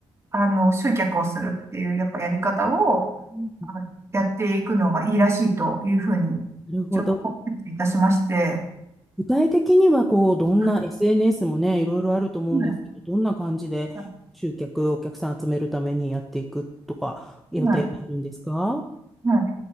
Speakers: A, on the right; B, in the centre.
A: あの、集客をするっていう、やっぱやり方を、
B: うん <laughs>
A: やっていくのがいいらしいというふうに、
B: なるほど。
A: 情報いたしまして、
B: 具体的には、こう、どんな
A: う
B: SNS もね、いろいろあると思うんですけど、
A: んはい
B: どんな感じで集客、
A: はい
B: お客さん集めるためにやっていくとか、予定があるんですか
A: はいはい